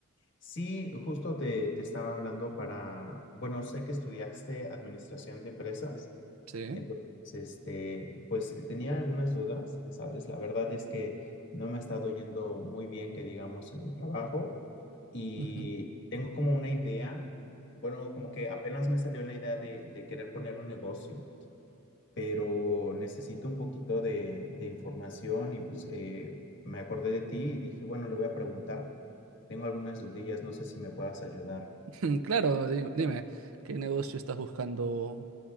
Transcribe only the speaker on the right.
Sí.
ujú.
<laughs> Claro, di- dime, ¿qué negocio estás buscando